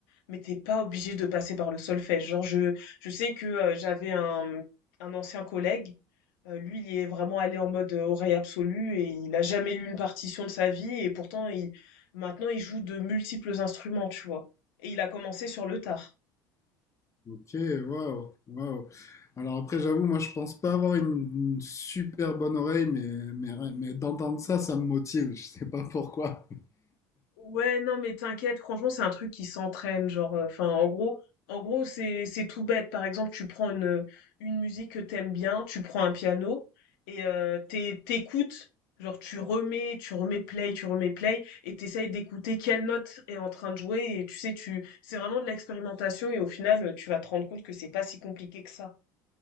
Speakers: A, on the left (about 80°); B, on the left (about 25°).
A: mais t'es pas obligé de passer par le solfège. Genre je, je sais que euh, j'avais un, un ancien collègue euh, lui, il est vraiment allé en mode euh, oreille absolue et il a jamais lu une partition de sa vie et pourtant, il, maintenant, il joue de multiples instruments, tu vois. Et il a commencé sur le tard.
B: Ok, waouh, waouh. Alors après, j'avoue, moi je pense pas avoir une, une super bonne oreille, mais, mais, mais d'entendre ça, ça me motive, je sais pas pourquoi.
A: Ouais, non, mais t'inquiète, franchement, c'est un truc qui s'entraîne, genre, euh, enfin, en gros, en gros, c'est c'est tout bête. Par exemple, tu prends une une musique que t'aimes bien, tu prends un piano et euh, t'é- t'écoutes, genre, tu remets, tu remets play, tu remets play, et t'essayes d'écouter quelle note est en train de jouer. Et tu sais, tu, c'est vraiment de l'expérimentation, et au final, tu vas te rendre compte que c'est pas si compliqué que ça.